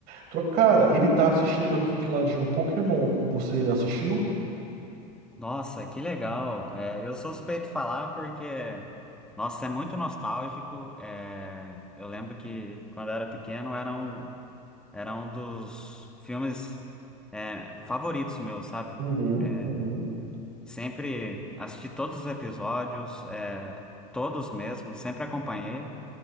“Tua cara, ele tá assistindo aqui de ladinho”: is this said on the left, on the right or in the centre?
Right